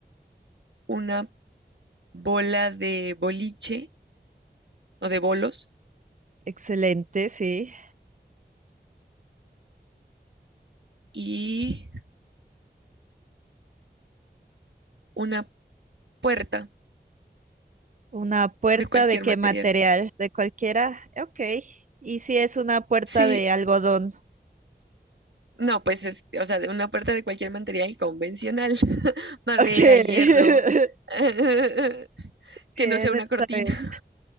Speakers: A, on the right; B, on the right.
A: una bola de boliche o de bolos
B: Excelente, sí.
A: y una puerta
B: Una puerta
A: de cualquier
B: de qué
A: material.
B: material, de cualquiera. Ok. ¿Y si es una puerta
A: Sí.
B: de algodón?
A: No, pues es, o sea, de una puerta de cualquier material convencional, <laughs> madera,
B: Ok. <laughs>
A: hierro, <laughs> que
B: Bien,
A: no sea una
B: está
A: cortina.
B: bien.